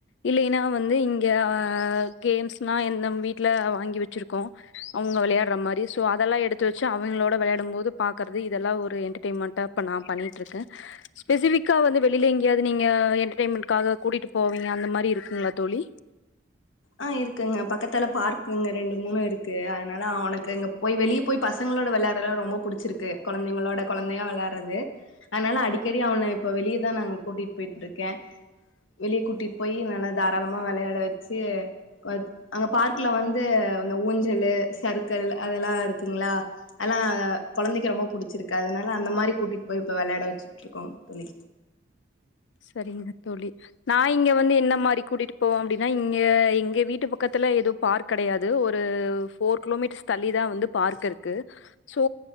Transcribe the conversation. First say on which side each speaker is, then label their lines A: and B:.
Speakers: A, on the left (about 70°); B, on the left (about 85°).
A: இல்லைனா வந்து இங்கே ஆ கேம்ஸ்னா என் நம் வீட்ல வாங்கி வெச்சிருக்கோ அவுங்க வெளயாட்ற மாரி சோ அதல்லா எடுத்து வெச்சு அவங்களோட வெளாடு போது பாக்கற்து இதெல்லா ஒரு என்டர்டெயிமெண்டா இப்ப நா பண்ணிட்ருக்கே ஸ்பெசிவிக்கா வந்த வெளில எங்கியாவ்து நீங்க என்டர்டெயிமெண்ட்காக கூட்டிட்டு போவீங்க அந்த மாரி இருக்குங்ளா தோழி
B: ஆ இருக்குங்க பக்கத்துல பார்க்குங்க ரெண்டு மூணு இருக்கு அதனால அவுனுக்கு இங்க போய் வெளிய ப்போய் பசங்களோட வெளையாற்லா ரொம்போ புடிச்சிருக்கு கொழந்தைங்களோட கொழந்தையா வெளாற்றது அதனால அடிக்கடி அவன இப்ப வெளியேதா நாங்க கூட்டிட்போயிட்ருக்கே வெளியே கூட்டிட் போயி நல்லா தாராளமா வெளையாட வெச்சு ஏ வ அங்க பார்க்குல வந்து இந்த ஊஞ்சலு சருக்கள் அதலா இருக்குங்ளா அலா கொழந்தைக்கு ரொம்ப புடிச்சிருக்கு அதனால அந்த மாரி கூட்டிட் போய் இப்ப விளையாட வச்சுட்ருக்கோ தோழி
A: சரிங்க தோழி நா இங்க வந்து என்ன மாரி கூட்டிட்டு போவோ அப்டின்னா இங்க எங்க வீட்டு பக்கத்துல எதோ பார்க் கடையாது ஒரு போஃர் கிலோமீட்டர்ஸ் தள்ளிதா வந்து பார்க் இருக்கு சோ